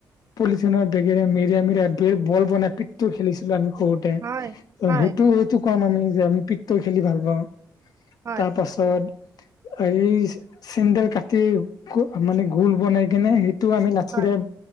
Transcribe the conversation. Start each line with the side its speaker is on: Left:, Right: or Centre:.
Left: পলিথিনৰ বেগেৰে মেৰিয়াই মেৰিয়াই বল বনাই পিতটো খেলিছিলোঁ আমি। সৰুতে
Right: হয়
Left: ত
Right: হয় হয়
Left: সেইটো এইটো কম আমি যে আমি পিত্ত খেলি ভাল পাওঁ।
Right: হয়
Left: তাৰ পাছত এই চেন্দেল কাটি। মানে গোল বনাই কেনে সেইটো আমি লাঠিৰে
Right: হয়